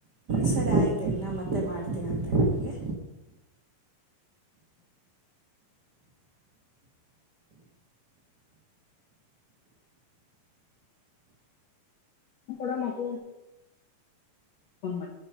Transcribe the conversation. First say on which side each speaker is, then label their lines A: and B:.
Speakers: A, on the right; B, on the left.
A: ಸರಿ ಆಯ್ತು ನ ಮತ್ತೆ ಮತ್ತೆ ಮಾಡ್ತೀರಂತೆ ನನಗೆ
B: ಡ ಮಗ ಮಾಡ <unintelligible>